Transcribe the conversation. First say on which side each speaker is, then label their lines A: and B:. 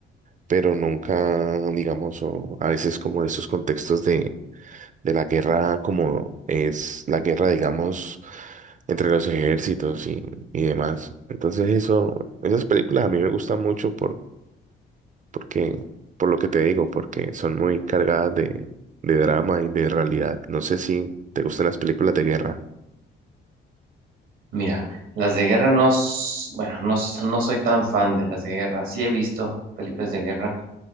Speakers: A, on the right (about 40°); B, on the right (about 85°).
A: pero nunca, digamos, o a veces como esos contextos de, de la guerra, como es la guerra, digamos, entre los ejércitos y, y demás. Entonces eso, esas películas a mí me gustan mucho por, porque, por lo que te digo, porque son muy cargadas de, de drama y de realidad. No sé si te gustan las películas de guerra.
B: Mira, las de guerra no, s- bueno, no, s- no soy tan fan de las de guerra. Sí he visto películas de guerra